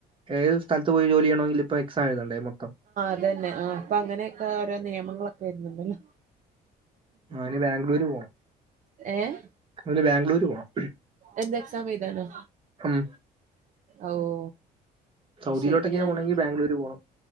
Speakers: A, on the right; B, on the right.
A: ഏത് സ്ഥലത്ത് പോയി ജോലിയാണെങ്കില ഇപ്പോ എക്സാം എഴുതണ്ടേ മൊത്തം
B: അ തന്നെ ആ അപ്പൊ അങ്ങനെയൊക്കെ ഓരോ നിയമങ്ങളൊക്കെ വരുന്നുണ്ടല്ലോ
A: അവന് ബാംഗ്ലൂര് പോണം
B: ഏഹ
A: അവന് ബാംഗ്ലൂര് പോണം
B: എന്ത് എക്സാം ഏതാനോ
A: ഉം
B: ഓഹ്
A: സൗദിയിലോട്ടൊക്കെയാ
B: ശരി ഞാന്
A: പോണെങ്കിൽ ബാംഗ്ലൂര് പോണം